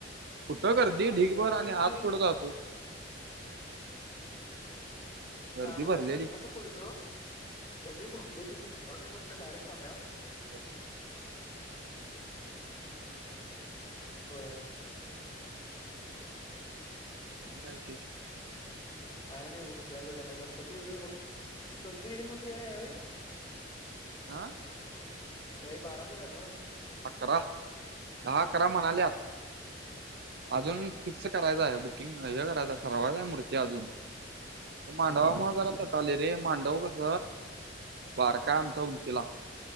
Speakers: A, on the right (about 60°); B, on the left (about 25°).
A: कुठं गर्दी
B: हा अरे
A: ढीगभर
B: लय गर्दी
A: आणि
B: होती
A: आत कूट जातोस. गर्दी
B: हा म्हणजे
A: भरलेली
B: असं तसं पुढईलो गर्दी भरलेली जाऊदे म्हटलं बाहेरच थांब्याव.
A: बर <unintelligible>
B: व्हय.
A: अजून काय विशेष <unintelligible>
B: काय नाही बघ त्याकड आता गणपतीच बघ तुमची इकडे मूर्ती आहे यावेळी? अच्छ <inaudible>
A: आं <unintelligible>
B: यावेळी बारा फुट आहे नव?
A: अकरा दहा अकरा म्हणाल्यात अजून
B: हा
A: फिक्स करायचा आहे बुकिंग हे करायचं ठरवायचं आहे मूर्ती अजून मांडवामुळे
B: हा हा
A: जरा चालय रे मांडव कस बारकाय आमच्या उंचीला.